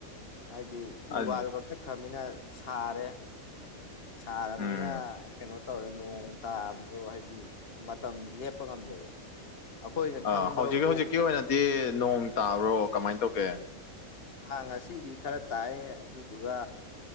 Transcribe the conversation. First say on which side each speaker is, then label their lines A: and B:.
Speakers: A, on the left (about 45°); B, on the left (about 80°).
A: ꯍꯥꯏꯗꯤ ꯎ
B: ꯑꯗꯨꯅꯤ
A: ꯋꯥꯗꯨꯒ ꯀꯛ ꯊꯠꯈ꯭ꯔꯃꯤꯅ ꯁꯥꯔꯦ ꯁꯥꯔꯕꯅꯤꯅ
B: ꯎꯝ
A: ꯀꯩꯅꯣ ꯇꯧꯔꯦ ꯅꯣꯡ ꯇꯥꯕꯗꯣ ꯍꯥꯏꯗꯤ ꯃꯇꯝ ꯂꯦꯞꯄ ꯉꯝꯗꯦꯕ ꯑꯩꯈꯣꯏꯅ ꯈꯪꯕꯕꯨ
B: ꯑꯥ ꯍꯧꯖꯤꯛ ꯍꯧꯖꯤꯛꯀꯤ ꯑꯣꯏꯅꯗꯤ ꯅꯣꯡ ꯇꯥꯕ꯭ꯔꯣ ꯀꯃꯥꯏꯅ ꯇꯧꯒꯦ
A: ꯑꯥ ꯉꯁꯤꯗꯤ ꯈꯔ ꯇꯥꯏ ꯑꯗꯨꯗꯨꯒ